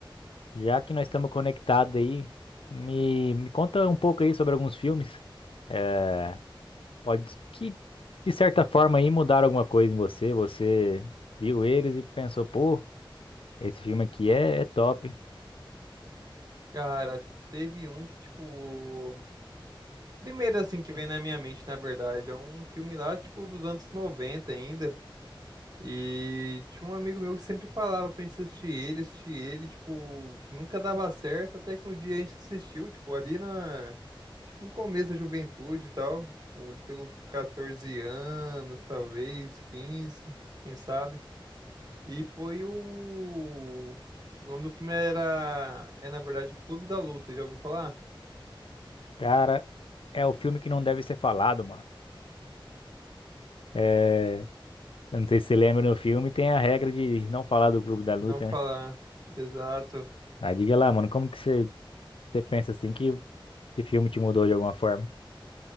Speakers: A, on the left (about 80°); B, on the right (about 45°).
A: já que nós estamos conectados aí, me... me conta um pouco aí sobre alguns filmes. É, Pode que, de certa forma, aí mudaram alguma coisa em você. Você viu eles e pensou, pô, esse filme aqui é, é top.
B: Cara, teve um que, tipo, Primeiro, assim, que vem na minha mente, na verdade, é um filme lá, tipo, dos anos 90 ainda. E tinha um amigo meu que sempre falava pra gente assistir ele, assistir ele, tipo, nunca dava certo, até que um dia a gente assistiu, tipo, ali na, acho que no começo da juventude e tal, tipo, ali pelos 14 anos, talvez, 15 quem sabe. E foi o... O nome do filme era, é na verdade, Clube da Luta, já ouviu falar?
A: Cara, é o filme que não deve ser falado, mano. É, eu não sei se você lembra no filme, tem a regra de não falar do Clube da Luta,
B: Não falar,
A: né?
B: exato.
A: Ah, diga lá, mano, como que você, você pensa assim que esse filme te mudou de alguma forma?